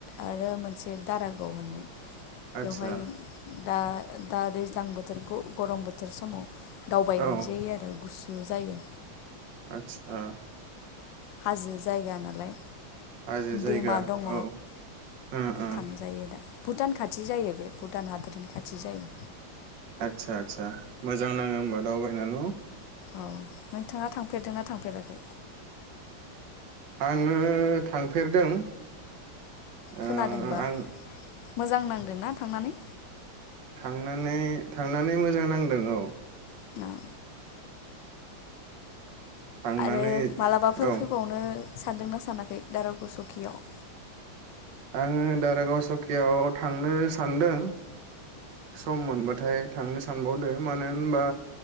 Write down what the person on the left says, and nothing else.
आरो मोन से दारागाव होननाय।
बेवहाय दा दा दैज्लां बोथोरखौ गरम बोथोर समाव दावबायहैजायो
आरो गुसु जायो।
हाजो जायगा नालाय।
दैमा दङ
थांजायो दा। भुटान खाथि जायो बे भुटान हादोरनि खाथि जायो।
औ नोंथाङा थांफेरदोंना थांफेराखै?
खोनादोंबा
मोजां नांदोंना थांनानै?
उम।
आरो मालाबाफोर
फैबावनो सानदोंना सानाखै दाराग' सकियाव?